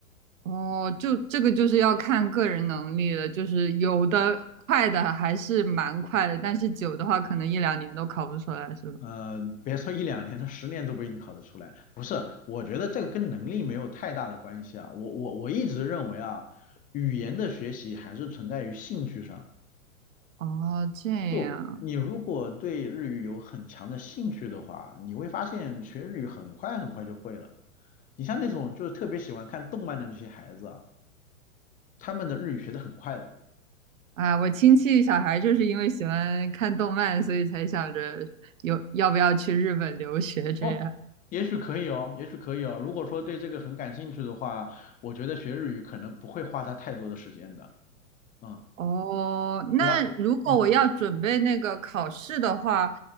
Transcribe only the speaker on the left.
嗯、别说一两年他十年都不一定考得出来。不是，我觉得这个跟能力没有太大的关系啊。我我我一直认为啊，语言的学习还是存在于兴趣上。
就你如果对日语有很强的兴趣的话，你会发现学日语很快很快就会了。你像那种就是特别喜欢看动漫的那些孩子啊，他们的日语学得很快的。
哦，也许可以哦，也许可以哦。如果说对这个很感兴趣的话，我觉得学日语可能不会花他太多的时间的。嗯，
主要，嗯，